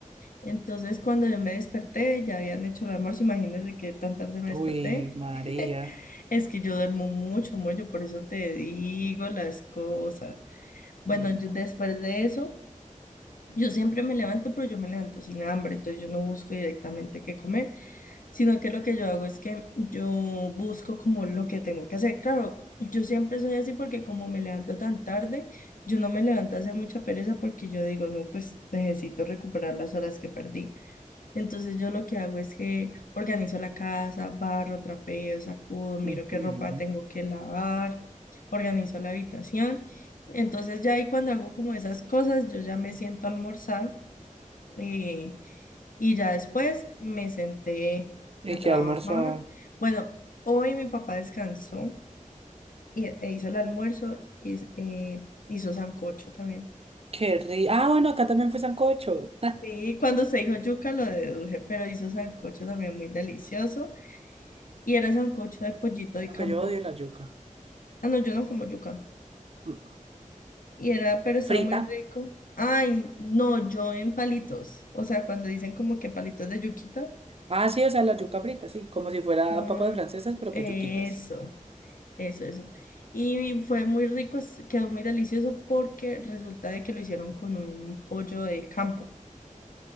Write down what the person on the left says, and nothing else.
Entonces, cuando yo me desperté, ya habían hecho el almuerzo, imagínense que tan tarde me desperté.
<laughs> Es que yo duermo mucho, amor, yo por eso te digo las cosas. Bueno,
yo después de eso, yo siempre me levanto, pero yo me levanto sin hambre, entonces yo no busco directamente qué comer, sino que lo que yo hago es que yo busco como lo que tengo que hacer. Claro, yo siempre soy así porque como me levanto tan tarde, yo no me levanto a hacer mucha pereza porque yo digo, no, pues necesito recuperar las horas que perdí. Entonces yo lo que hago es que organizo la casa, barro, trapeo, sacudo, miro
qué ropa tengo que lavar, organizo la habitación. Entonces ya ahí cuando hago como esas cosas, yo ya me siento a almorzar eh, y ya después me senté
a
trabajar.
Bueno, hoy mi papá descansó y, e hizo el almuerzo y eh, hizo sancocho también.
Sí, cuando se dijo yuca lo deduje, pero hizo sancocho también muy delicioso. y era sancocho de pollito
de
campo.
Ah, no, yo no como yuca.
Y era, pero estaba
muy rico. Ay, no, yo en palitos. O sea, cuando dicen como que palitos de yuquita.
Ah,
eso,
eso, eso. Y fue muy rico, es- quedó muy delicioso porque resulta de que lo hicieron con un pollo de campo.